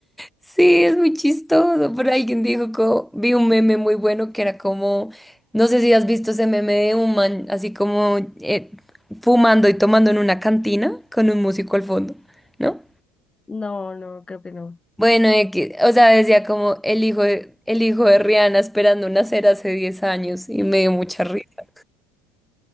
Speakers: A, in the centre; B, on the left (about 15°).
A: Sí, es muy chistoso, pero alguien dijo como, vi un meme muy bueno que era como, no sé si has visto ese meme de un man así como eh, fumando y tomando en una cantina con un músico al fondo, ¿no?
B: No, no, creo que no.
A: Bueno, X, o sea, decía como el hijo de, el hijo de Rihanna esperando nacer hace 10 años y me dio mucha risa.